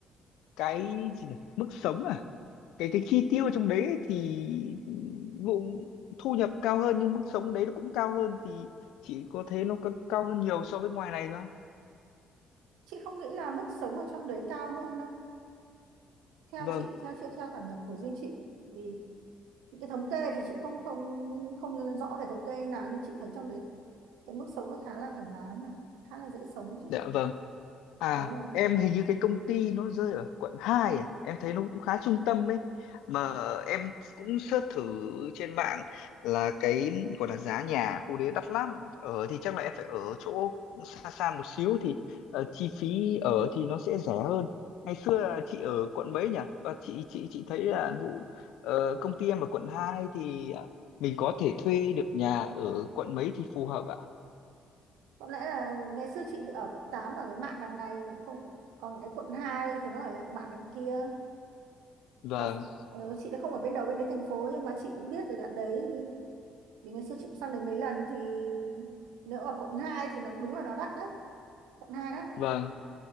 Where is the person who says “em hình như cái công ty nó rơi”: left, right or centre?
Left